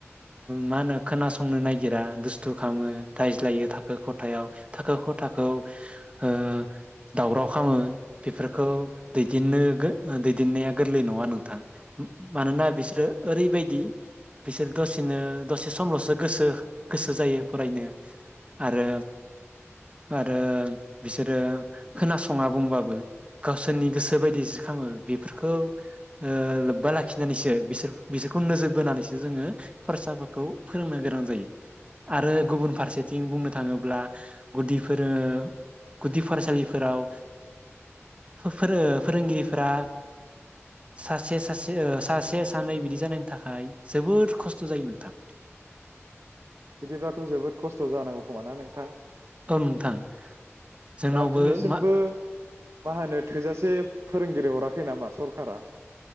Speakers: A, on the right; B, on the right.
A: मा होनो खोनासंनो नागिरा दुस्थु खालामो रायज्लायो थाखो खथायाव थाखो खथाखौ ओ दावराव खालामो बेफोरखौ दैदेननो दिन्नाया गोरलै नङा नोंथां मानोना बिसोरो ओरैबायदि बिसोर दसेनो दसे समल'सो गोसो गोसो जायो फरायनो आरो आरो बिसोरो खोनासङा बुंबाबो गावसोरनि गोसो बायदिसो खालामो खौ ओ लोब्बा लाखिनानैसो बिसोर बिसोरखौ नोजोर बोनानैसो जोङो फरायसाफोरखौ फोरोंनो गोनां जायो आरो गुबुन फारसेथिं बुंनो थाङोब्ला गुदिफोर गुदि फरायसालिफोराव फोर फोरोंगिरिफोरा सासे सासे ओ सासे सानै बिदि जानायनि थाखाय जोबोोर खस्थ' जायो नोंथां
B: बिदिब्लाथ' जोबोद खस्थ' जानांगौ खोमा ना नोंथां
A: ओ नोंथां जोंनावबो
B: दा दिनैसिमबो
A: मा
B: मा होनो थोजासे फोरोंगिरि हराखै नामा सरखारा